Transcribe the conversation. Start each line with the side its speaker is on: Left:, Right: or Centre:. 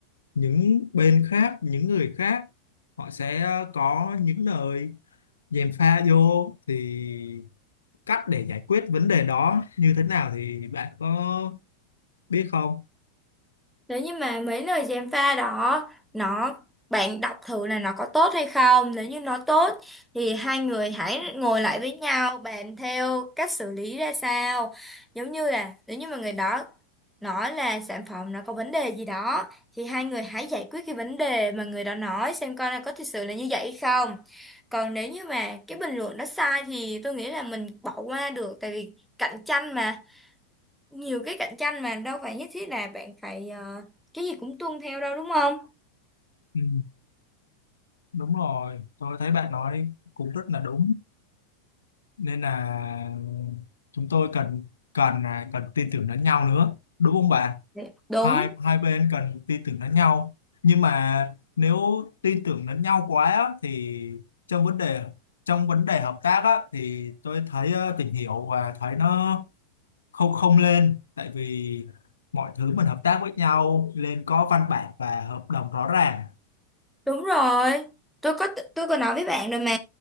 Left: những bên khác những người khác họ sẽ có những lời gièm pha vô thì cách để giải quyết vấn đề đó như thế nào thì bạn có biết không
Centre: Nếu như mà mấy lời gièm pha đó nó bạn đọc thử là nó có tốt hay không nếu như nó tốt thì hai người hãy ngồi lại với nhau bàn theo cách xử lý ra sao giống như là nếu như mà người đó nói là sản phẩm nó có vấn đề gì đó thì hai người hãy giải quyết cái vấn đề mà người đó nói xem coi là có thực sự là như vậy hay không còn nếu như mà cái bình luận đó sai thì tôi nghĩ là mình bỏ qua được tại vì cạnh tranh mà nhiều cái cạnh tranh mà đâu phải nhất thiết là bạn phải ờ, cái gì cũng tuân theo đâu đúng không?
Left: Ừ, đúng rồi, tôi thấy bạn nói cũng rất là đúng nên là chúng tôi cần cần cần tin tưởng lẫn nhau nữa, đúng không bạn?
Centre: Dạ. Đúng
Left: hai hai bên cần tin tưởng lẫn nhau nhưng mà nếu tin tưởng lẫn nhau quá á, thì trong vấn đề trong vấn đề hợp tác á, thì tôi thấy ờ, tìm hiểu và thấy nó không không lên tại vì mọi thứ mình hợp tác với nhau nên có văn bản và hợp đồng rõ ràng
Centre: Đúng rồi, tôi có tôi có nói với bạn rồi mà